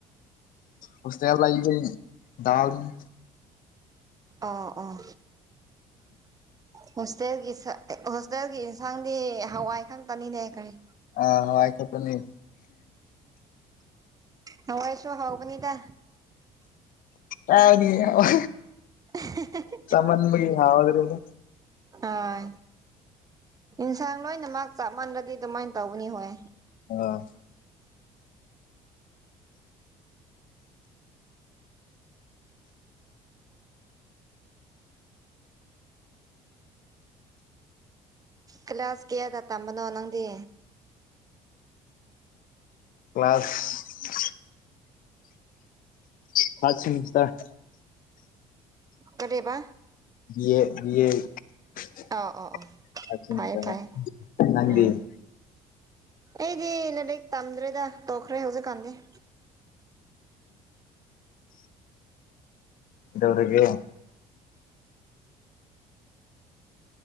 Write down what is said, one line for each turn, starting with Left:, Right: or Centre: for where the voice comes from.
Left: ꯍꯣꯁꯇꯦꯜ ꯂꯩꯕꯅꯤ ꯗꯥꯜꯅꯦ꯫
Right: ꯑꯣ ꯑꯣ ꯍꯣꯁ ꯇꯦꯜꯒꯤ ꯍꯣꯁꯇꯦꯜꯒꯤ ꯌꯦꯟꯁꯥꯡꯗꯤ ꯍꯋꯥꯏ ꯈꯛꯇꯅꯤꯅꯦ ꯀꯔꯤ,
Left: ꯑꯥ ꯍꯋꯥꯏ ꯈꯛꯇꯅꯤ꯫
Right: ꯍꯋꯥꯏꯁꯨ ꯍꯥꯎꯕꯅꯤꯗ꯫
Left: ꯀꯔꯥꯏꯗꯒꯤ ꯍꯋꯦ꯫
Right: <unintelligible>
Left: ꯆꯥꯃꯟꯕꯒꯤ ꯍꯥꯎ꯭ꯗ꯭ꯔꯦꯗ꯫
Right: ꯑꯥ ꯏꯟꯁꯥꯡ ꯂꯣꯏꯅꯃꯛ ꯆꯞ ꯃꯥꯟꯅꯔꯗꯤ ꯑꯗꯨꯃꯥꯏꯅ ꯇꯧꯕꯅꯤ ꯍꯣꯏ꯫
Left: <unintelligible>
Right: ꯀ꯭ꯂꯥꯁ ꯀꯌꯥꯗꯥ ꯇꯝꯕꯅꯣ ꯅꯪꯗꯤ?
Left: Class third semester.
Right: ꯀꯔꯤꯕ?
Left: ꯌꯦ ꯌꯦ꯫ <unintelligible>
Right: ꯑꯥ ꯑꯥ ꯑꯥ ꯐꯩꯌꯦ ꯐꯩꯌꯦ
Left: ꯅꯪꯗꯤ?
Right: ꯎꯝ ꯑꯩꯗꯤ ꯂꯥꯏꯔꯤꯛ ꯇꯝꯗ꯭ꯔꯦꯗ ꯇꯣꯛꯈ꯭ꯔꯦ ꯍꯧꯖꯤꯛꯀꯥꯟꯗꯤ꯫
Left: ꯀꯩꯗꯧꯔꯒꯦ?